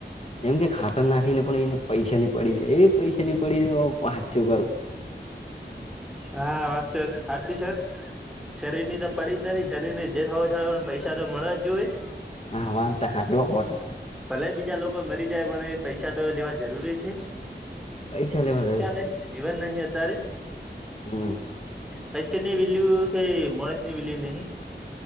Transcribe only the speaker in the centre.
હા વાત તો સાચી સર. શરીરની તો પડી નથી શરીરની જે થ હોય થ હોય પૈસા તો મળવા જ જોઈ એ.
ભલે બીજા લોકો મરી જાય પણ પૈસા તો લેવા જરૂરી છે.
નહી જીવન નહી અત્યારે
પૈસાની વેલ્યુ થ મોડેશ ની વેલ્યુ નહીં.